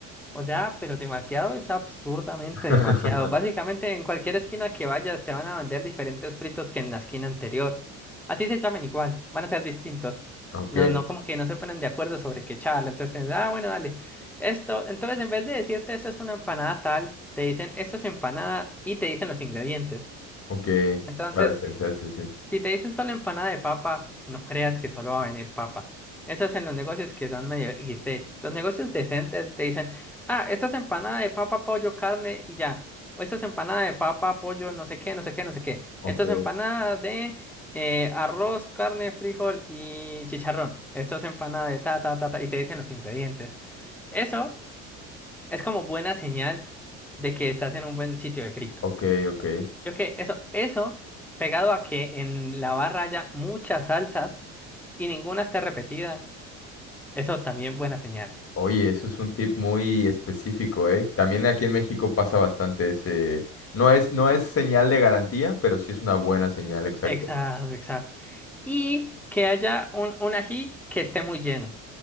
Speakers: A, in the centre; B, on the left (about 40°).
A: O sea, pero demasiado es absurdamente
B: <laughs>
A: demasiado. Básicamente en cualquier esquina que vayas te van a vender diferentes fritos que en la esquina anterior. Así se llamen igual, van a ser distintos.
B: Ok,
A: No, no, como que no se ponen de acuerdo sobre qué charla. Entonces tienes, ah, bueno, dale. Esto, entonces en vez de decirte esto es una empanada tal, te dicen esto es empanada y te dicen los ingredientes.
B: ok,
A: Entonces
B: para diferenciarse, sí.
A: si te dicen solo empanada de papa, no creas que solo va a venir papa. Eso es en los negocios que son medio XD. Los negocios decentes te dicen, ah, esta es empanada de papa, pollo, carne y ya. O esta es empanada de papa, pollo, no sé qué, no sé qué, no sé qué.
B: Ok,
A: Esta es empanada de eh, arroz, carne, frijol y chicharrón. Esto es empanada de ta, ta, ta, ta. Y te dicen los ingredientes. Eso es como buena señal de que estás en un buen sitio de fritos.
B: ok, ok.
A: Yo que eso, eso, pegado a que en la barra haya muchas salsas y ninguna esté repetida, eso también buena señal.
B: Oye, eso es un tip muy específico, ¿eh? También aquí en México pasa bastante ese... No es, no es señal de garantía, pero sí es una buena señal, exacto.
A: Exacto, exacto. Y que haya un, un ají que esté muy lleno.